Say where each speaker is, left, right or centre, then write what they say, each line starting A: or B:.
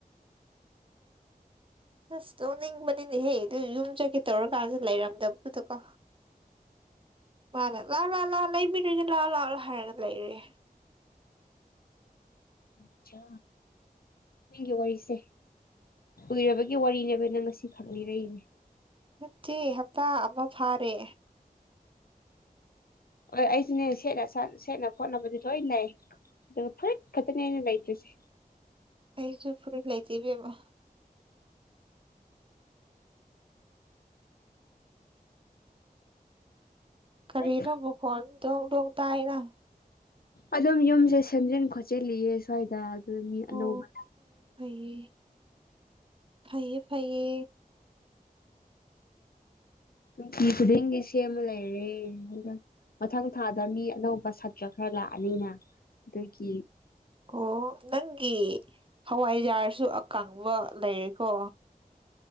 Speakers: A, on the right; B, on the left.
A: ꯑꯁ ꯇꯣꯛꯅꯤꯡꯕꯅꯤꯅꯦꯍꯦ ꯑꯗꯨ ꯌꯨꯝ ꯆꯠꯀꯦ ꯇꯧꯔꯀꯥꯟꯁꯨ ꯂꯩꯔꯝꯗꯕꯗꯨꯗꯀꯣ ꯃꯥꯅ ꯂꯥ ꯂꯥꯛꯑꯣ ꯂꯥꯛꯑꯣ ꯂꯩꯕꯤꯔꯒꯦ ꯂꯥꯛꯑꯣ ꯂꯥꯛꯑꯣ ꯍꯥꯏꯔꯒ ꯂꯩꯔꯦ
B: ꯑꯆꯥ ꯄꯨꯛꯅꯤꯡꯒꯤ ꯋꯥꯔꯤꯁꯦ ꯀꯨꯏꯔꯕꯒꯤ ꯋꯥꯔꯤꯅꯦꯕ ꯅꯪ ꯉꯁꯤ ꯈꯛ ꯂꯤꯔꯛꯏꯅꯦ
A: ꯅꯠꯇꯦ ꯍꯞꯇꯥ ꯑꯃ ꯐꯥꯔꯦ
B: ꯍꯣꯢ ꯑꯩꯁꯤꯅꯦ ꯁꯦꯠꯅ ꯁꯦꯠꯅ ꯈꯣꯠꯅꯕꯗꯤ ꯂꯣꯏ ꯂꯩ ꯑꯗꯨ ꯑꯨꯔꯤꯠ ꯈꯛꯇꯅꯦ ꯑꯩꯅ ꯂꯩꯇꯔꯤ ꯁꯦ
A: ꯑꯩꯁꯨ ꯐꯨꯔꯤꯠ ꯂꯩꯇꯦ ꯢꯕꯦꯝꯃ ꯀꯔꯤꯔ
B: ꯐꯨꯔꯤꯠ
A: ꯃꯈꯣꯟ ꯗꯣꯡ ꯗꯣꯡ ꯇꯥꯢꯅ
B: ꯑꯗꯨꯝ ꯌꯨꯝꯁꯦ ꯁꯦꯝꯖꯤꯟ ꯈꯣꯠꯆꯤꯜꯂꯤꯑꯦ ꯁ꯭ꯋꯥꯏꯗ ꯃꯤ ꯑꯅꯧ
A: ꯑꯣ
B: ꯕ
A: <unintelligible> ꯐꯩꯌꯦ ꯐꯩꯌꯦ
B: ꯅꯨꯡꯇꯤ ꯈꯨꯗꯤꯡꯒꯤ ꯁꯦꯝꯕ ꯂꯩꯔꯦ ꯑꯗꯨꯒ ꯃꯊꯪ ꯊꯥꯗ ꯃꯤ ꯑꯅꯧꯕ ꯁꯥꯇ꯭ꯔ ꯈꯔ ꯂꯥꯛꯑꯅꯤꯅ ꯑꯗꯨꯒꯤ
A: ꯑꯣ ꯅꯪꯒꯤ ꯍꯋꯥꯏꯖꯥꯔꯁꯨ ꯑꯀꯪꯕ ꯂꯩꯔꯦꯀꯣ